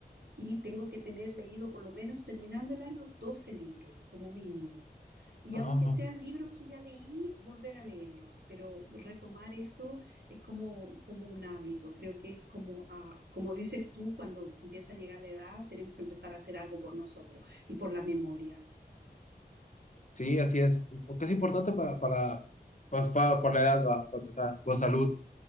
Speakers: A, on the right; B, on the left.
A: y tengo que tener leído por lo menos terminando el año 12 libros como mínimo. Y
B: No,
A: aunque
B: no, no.
A: sean libros que ya leí, volver a leerlos, pero retomar eso es como, como un hábito. Creo que es como, ah, como dices tú, cuando empieza a llegar la edad, tenemos que empezar a hacer algo por nosotros y por la memoria.
B: Sí, así es, porque es importante para, para, pues, para, por la edad, va, para empezar, por salud.